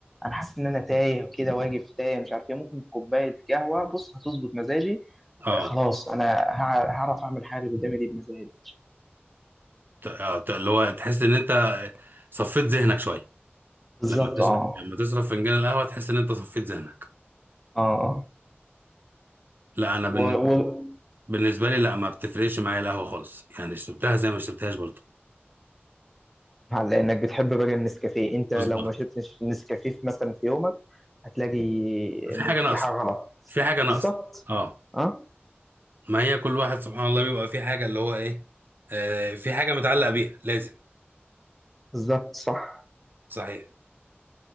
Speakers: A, in the centre; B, on the right.
A: انا حاسس ان انا تايه وكده واقف تايه مش عارف ايه ممكن كوبايه قهوه بص هتظبط مزاجي
B: اه
A: آه، خلاص انا هع- هعرف اعمل حاجه اللي قدامي دي بمزاجي
B: ت- آه، ت- اللي هو تحس ان انت صفيت ذهنك شويه
A: بالظبط
B: لما تشرب
A: اه
B: لما تشرب فنجان القهوه تحس ان انت صفيت ذهنك
A: اه آه.
B: لا انا بالن-
A: و... و...
B: بالنسبه لي لا ما بتفرقش معايا القهوه خالص يعني شربتها زي ما شربتهاش برضه
A: على انك بتحب بقى النسكافيه انت
B: بالظبط
A: لو ما شربتش نسكافيه في- مثلا في يومك هتلاقي
B: في
A: ان
B: حاجه ناقصه
A: في حاجه غلط
B: في حاجه
A: بالظبط
B: ناقصه اه
A: اه
B: ما هي كل واحد سبحان الله بيبقى في حاجه اللي هو ايه آه في حاجه متعلق بيها لازم
A: بالظبط صح
B: صحيح